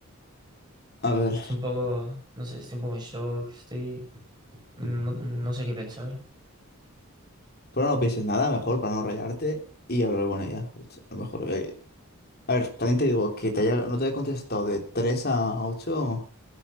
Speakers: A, on the left; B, on the right.
A: A ver,
B: Estoy un poco, no sé, estoy un poco en shock, estoy... No, no sé qué pensar.
A: pero no pienses nada, mejor para no rayarte y hablar con ella. Es Lo mejor. eh. A ver, también te digo que te haya- no te haya contestado de 3 a 8